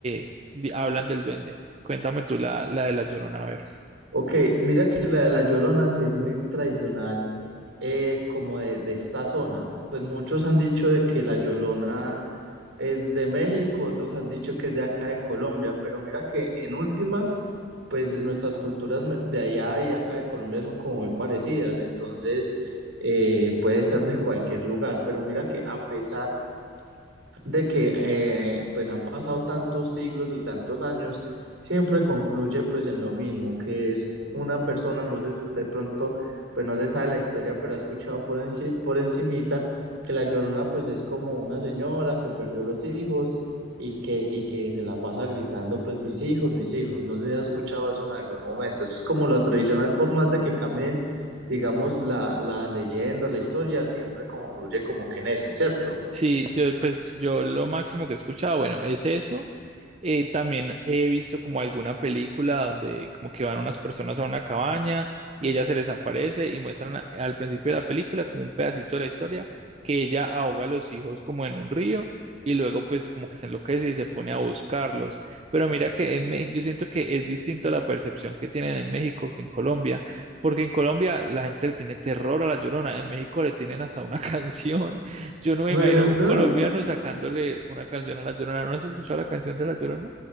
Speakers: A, on the right (about 30°); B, on the right (about 70°).
A: eh, di- hablan del duende. Cuéntame tú la, la de la Llorona, a ver.
B: Ok, mira que la de La Llorona sí es muy tradicional, eh, como de, de esta zona. Pues muchos han dicho de que La Llorona es de México, otros han dicho que es de acá de Colombia, pero mira que en últimas, pues nuestras culturas me- de allá y acá de Colombia son como muy parecidas, entonces eh, puede ser de cualquier lugar, pero mira que a pesar de que eh, pues han pasado tantos siglos y tantos años, siempre concluye pues en lo mismo, que es una persona, no sé si usted pronto, pues no se sabe la historia, pero ha escuchado por, enci- por encimita que la Llorona pues es como una señora que perdió los hijos y que, y que se la pasa gritando pues mis hijos, mis hijos, no sé si ha escuchado eso en algún momento, eso es como lo tradicional, por más de que cambien, digamos, la, la leyenda, la historia, siempre concluye como que en eso, ¿cierto?
A: Sí, yo pues yo lo máximo que he escuchado, bueno, es eso. Eh, también he visto como alguna película donde como que van unas personas a una cabaña y ella se les aparece y muestran a- al principio de la película como un pedacito de la historia que ella ahoga a los hijos como en un río y luego pues como que se enloquece y se pone a buscarlos. Pero mira que en México yo siento que es distinto la percepción que tienen en México que en Colombia, porque en Colombia la gente le tiene terror a la Llorona, en México le tienen hasta una <laughs> canción. Yo no me
B: ¿Verdad?
A: imagino un colombiano sacándole una canción a la Llorona. ¿No has escuchado la canción de la Llorona?